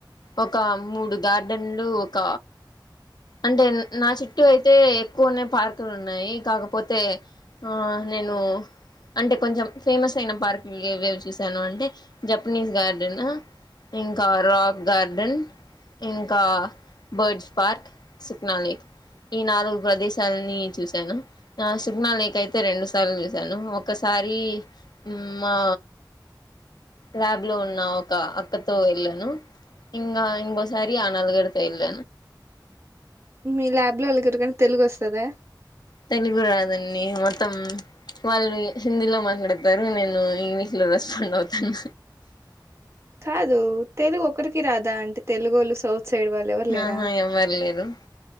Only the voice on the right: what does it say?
మీ ల్యాబ్ లో వాళ్ళకి ఎరకని తెలుగు వస్తుందా
కాదు తెలుగు ఒకరికి రాదా అంటే తెలుగు వాళ్ళు సౌ సైడ్ వాళ్ళు ఎవరు లేరా